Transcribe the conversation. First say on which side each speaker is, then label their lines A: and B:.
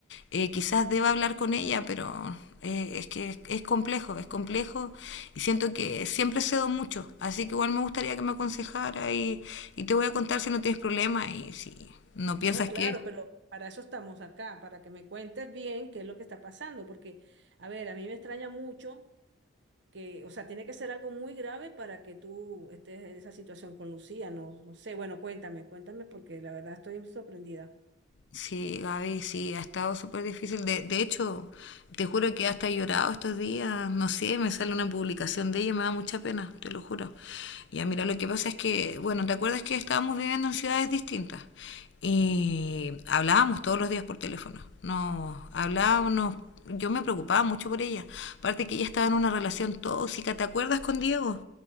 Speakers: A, on the left (about 65°); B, on the right (about 65°).
A: eh, quizás deba hablar con ella, pero eh, es que es, es complejo, es complejo y siento que siempre cedo mucho, así que igual me gustaría que me aconsejara y, y te voy a contar si no tienes problema y si no piensas
B: No, claro,
A: que...
B: pero para eso estamos acá, para que me cuentes bien qué es lo que está pasando. Porque, a ver, a mí me extraña mucho que, o sea, tiene que ser algo muy grave para que tú estés en esa situación con Lucía. No, no sé, bueno, cuéntame, cuéntame porque la verdad estoy sorprendida.
A: Sí, Gaby, sí, ha estado súper difícil. De, de hecho, te juro que hasta he llorado estos días. No sé, me sale una publicación de ella y me da mucha pena, te lo juro. Ya, mira, lo que pasa es que, bueno, ¿te acuerdas que estábamos viviendo en ciudades distintas? Y hablábamos todos los días por teléfono. No, hablábamos, nos yo me preocupaba mucho por ella. Aparte que ella estaba en una relación tóxica, ¿te acuerdas con Diego?